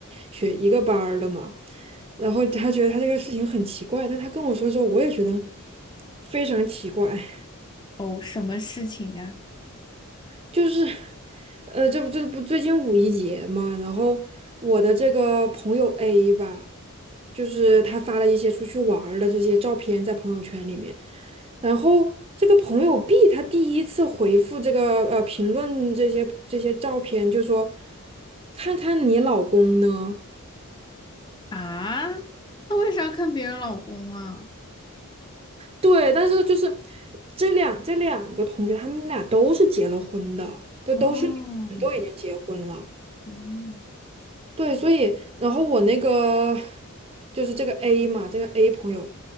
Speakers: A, on the right; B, on the left.
A: 学一个班儿的嘛，然后他觉得他这个事情很奇怪，但他跟我说之后，我也觉得非常奇怪。
B: 哦，什么事情呀？
A: 就是，呃，这不这不最近五一节嘛，然后我的这个朋友 A 吧，就是他发了一些出去玩儿的这些照片在朋友圈里面，然后这个朋友 B 他第一次回复这个呃评论这些这些照片，就说看看你老公呢，
B: 啊，他为啥看别人老公啊？
A: 对，但是就是这两这两个同学他们俩都是结了婚的，都都是女，
B: 哦，
A: 的，都已经结婚了。
B: 嗯，
A: 对，所以然后我那个就是这个 A 嘛，这个 A 朋友，